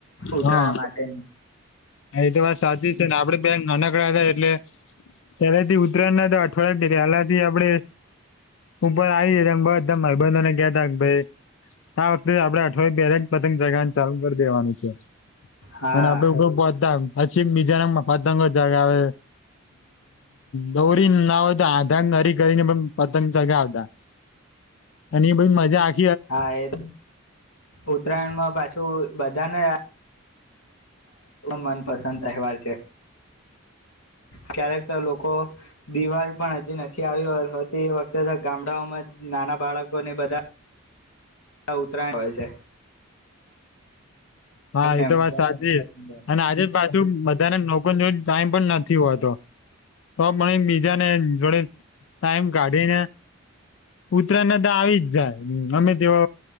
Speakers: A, on the left; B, on the left.
A: ઉતરાયણ
B: હા
A: માટે.
B: હા એ તો વાત સાચી છે ને આપડે બેંક નાનકડા એટલે પહેલા થી ઉત્તરાયણ ના તો અઠવાડિયા પહેલાથી આપણે ઉપર આવીમ બધા માઈબંધને, કહતા કે ભાઈ આ વખતે આપડે અઠવાડયે પહેલા પતંગ જગા ચાલુ કરી દેવાનું છે.
A: હા
B: અને આપડેગ <unintelligible> પછી મિજોરમમાં પતંગો ચગાવે, આવે દૌરી ના હોય તો આધારરીક જઈને પણ પતંગ ચગાવતા. અને એ બધ મજા આ
A: હા એ ઉત્તરાયણમાં પાછું બધાને મનપસંદ તહેવાર છે ક્યારેક તો લોકો દિવાળી પણ હજી નથી આવી હોતી એ વખતે ગામડાઓમાં નાના બાળકોને બધા ઉતરાયણ હોય છે.
B: હા
A: એમને
B: એતો વાત સાચી છે અને આજે પાછુ બધાને ન લોકો જોડે ટાઈમ પણ નથી હોતો. તો પણ બીજાને જોડે ટાઈમ કાઢીને ઉતરાયણે તો આવી જ જાય અમે તેઓ